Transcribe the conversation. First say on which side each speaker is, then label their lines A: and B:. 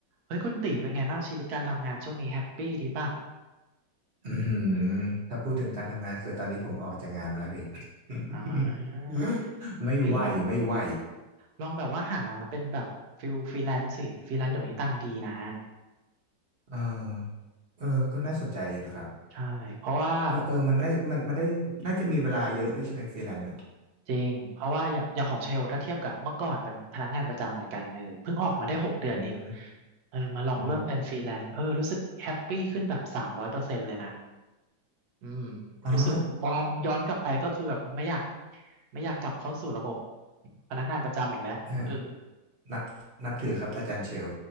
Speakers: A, on the right; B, on the right.
A: เฮ้ยคุณตีเป็นไงบ้างชีวิตการทำงานช่วงนี้แฮปปี้ดีป่ะ
B: อือหือถ้าพูดถึงการทำงานคือตอนนี้ผมออกจากงานมาแล้วพี่
A: อ่า
B: <laughs> ไม่ไหวไม่ไหว
A: เฮ้ยลองลองแบบว่าหาเป็นแบบฟิลฟรีแลนซ์สิฟรีแลนซ์เดี๋ยวนี้ตังค์ดีนะ
B: เออเออก็น่าสนใจอยู่นะครับ
A: ใช่เพราะว่า
B: มันเออมันน่ามันมันได้น่าจะมีเวลาเยอะด้วยใช่ไหมฟรีแลนซ์อ่ะ
A: จริงเพราะว่าอย่างอย่างของเชลถ้าเทียบกับเมื่อก่อนเป็นพนักงานประจำเหมือนกันเออเพิ่งออกมาได้หกเดือนเอง
B: อืม
A: เออมาลองเริ่มเป็นฟรีแลนซ์เออรู้สึกแฮปปี้ขึ้นแบบสามร้อยเปอร์เซ็นต์เลยนะ
B: อ๋อ
A: อืม
B: อ๋อ
A: รู้สึกมองย้อนกลับไปก็คือแบบไม่อยากไม่อยากกลับเข้าสู่ระบบพนักงานประจำอีกแล้วเออ
B: ฮะนับนับถือครับอาจารย์เชล